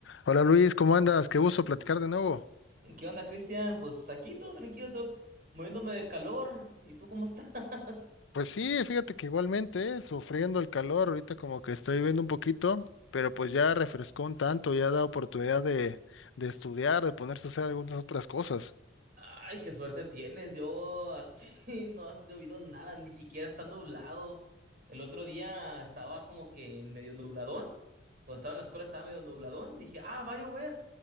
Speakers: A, on the left; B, on the right.
A: Hola Luis, ¿cómo andas? Qué gusto platicar de nuevo.
B: ¿Qué onda, Cristian? Pues aquí todo tranquilo, todo muriéndome de calor. ¿Y tú cómo estás? <laughs>
A: Pues sí, fíjate que igualmente, eh, sufriendo el calor, ahorita como que estoy viviendo un poquito, pero pues ya refrescó un tanto, ya da oportunidad de, de estudiar, de ponerse a hacer algunas otras cosas.
B: Ay, qué suerte tienes. Yo aquí <laughs> no has llovido nada, ni siquiera está nublado. El otro día estaba como que medio nubladón. Cuando estaba en la escuela estaba medio nubladón. Dije, ah, va a llover.